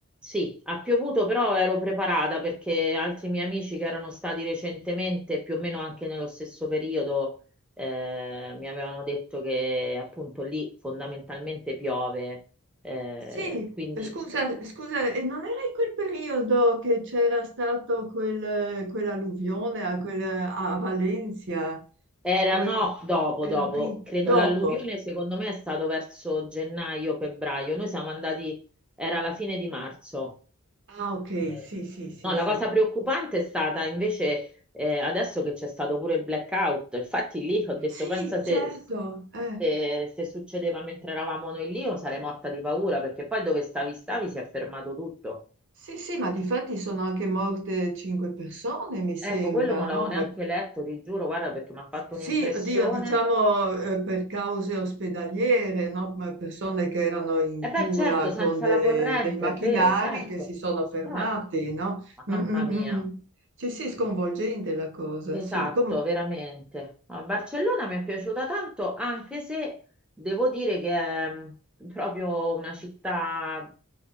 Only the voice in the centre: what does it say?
Sì, ha piovuto, però ero preparata perché altri miei amici che erano stati recentemente, più o meno anche nello stesso periodo, eh, mi avevano detto che appunto lì fondamentalmente piove. Eh,
quindi
Era
no,
dopo,
dopo,
credo
l'alluvione secondo me è stato verso gennaio, febbraio, noi siamo andati, era la fine di marzo.
Eh,
No, la
cosa preoccupante è stata invece eh, adesso che c'è stato pure il blackout, infatti lì ho detto
pensa se,
se, se succedeva mentre eravamo noi lì io sarei morta di paura perché poi dove stavi stavi si è fermato tutto.
Ecco, quello non
l'avevo neanche
letto, ti giuro, guarda perché mi ha fatto
un'impressione.
E
beh, certo, senza
la corrente,
è vero, certo,
certo.
Mamma
mia.
Esatto,
veramente. A Barcellona mi è piaciuta tanto, anche se devo dire che è mh, proprio una città